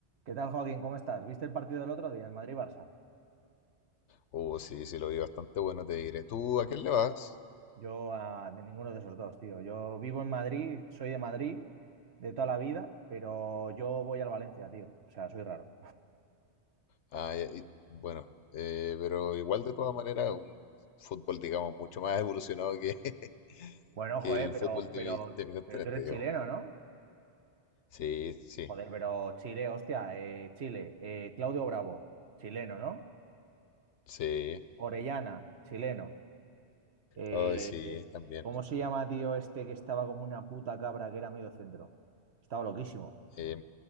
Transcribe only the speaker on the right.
¿Qué tal, Joaquín? ¿Cómo estás? ¿Viste el partido del otro día, el Madrid-Barça?
Yo ah, de ninguno de esos dos, tío. Yo vivo en Madrid, soy de Madrid de toda la vida, pero yo voy al Valencia, tío. O sea, soy raro.
Bueno,
joder,
pero,
pero,
pero tú eres
chileno, ¿no?
Joder, pero Chile, hostia, eh, Chile, eh, Claudio Bravo, chileno, ¿no?
Orellana, chileno. Eh,
¿cómo se llama, tío, este que estaba como una puta cabra que era medio centro? Estaba loquísimo.